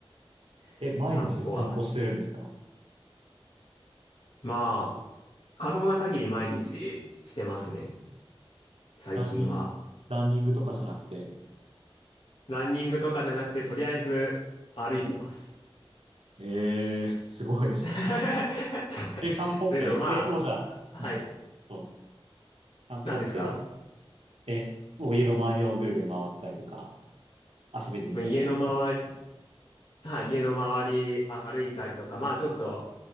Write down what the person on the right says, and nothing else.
え、毎日散歩してるんですか
ランニング、ランニングとかじゃなくて。
えー、すごいですね。
え、散歩って、
え、もうじゃあ、
うん、
そう散歩って、
え、もう家の周りをぐるぐる回ったりとか、遊びに出かけたりみたいな。